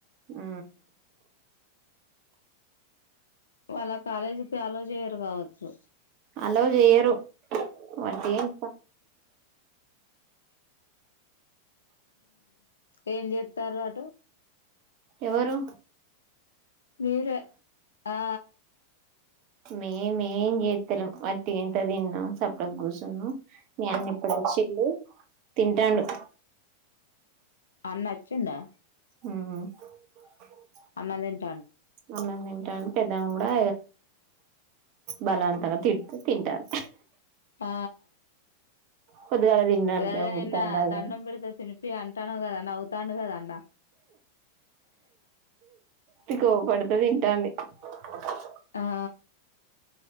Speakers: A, on the right; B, on the left.
A: ఉ
B: ఇవాళ కాలేజీ కి అలో చేయరు కావచ్చు
A: హలో జయ్యరు మం
B: ఏం చేస్తారు అటు
A: ఎవరు
B: మీరే ఆ
A: మే మేం చేతలేం వట్టిగ ఇంట్లో తిన్నం సప్పుడకి గూసున్నం మీ అన్న ఇప్పుడు వచ్చిండు తింటాండు
B: అన్న వచ్చిండా
A: అ
B: అన్నం తిం
A: అంండి <unintelligible> తట్టా పెద్ద కూడా బలవంతంగా తిడుతు తింటాండు
B: ఆ
A: పొద్దుగాల తినడానికేమో
B: అదేని నిన్న
A: తినడానికి
B: దండం పెడితె తినిపి ప్యా అం <unintelligible> ఉంటాను కదం అవుతాండు కద అన్న
A: తకువపడుతుందిింటాంది <unintelligible>
B: ఆ